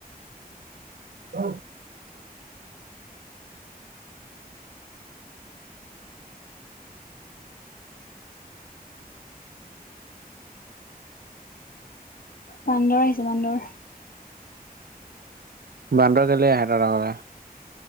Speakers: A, on the right; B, on the left.
A: ঔ
B: বান্দৰ আহিছে বান্দৰ।
A: বান্দৰ কেলে আহে তহঁতৰ ঘৰলে?